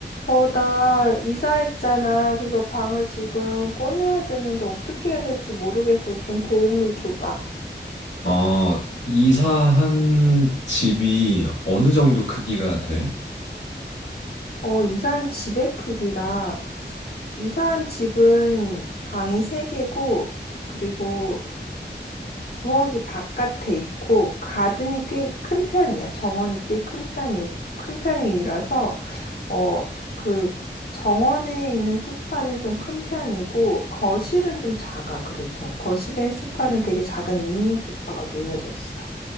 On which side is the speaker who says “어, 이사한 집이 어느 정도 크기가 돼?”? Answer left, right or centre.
Left